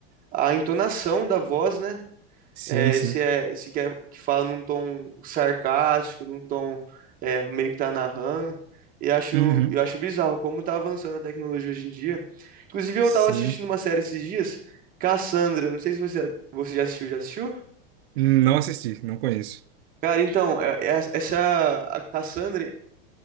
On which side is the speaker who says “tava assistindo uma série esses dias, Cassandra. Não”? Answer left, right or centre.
Right